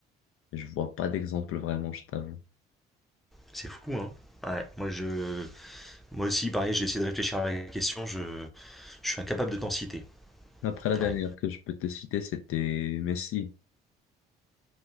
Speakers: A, on the left; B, in the centre.
A: je vois pas d'exemple vraiment, je t'avoue.
B: c'est fou hein ouais moi je Moi aussi, pareil, j'ai essayé de réfléchir à la question, je, je suis incapable de t'en citer.
A: Après, la dernière
B: Ouais.
A: que je peux te citer, c'était Messi.